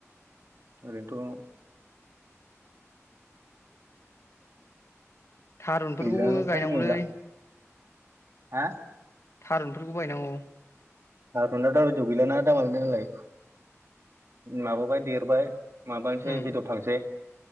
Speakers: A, on the right (about 60°); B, on the left (about 60°).
A: ओरैनोथ'
B: थारुनफोरखौबो
A: गैलानो फ्राय
B: गायनांगौलै
A: नुला हा
B: थारुनफोरखौबो गायनांगौ
A: थारुना दाबदियाव गैलाना दामालनो होनलाय माबाबाय देरबाय माबानोसै
B: उम
A: बेदर थांसै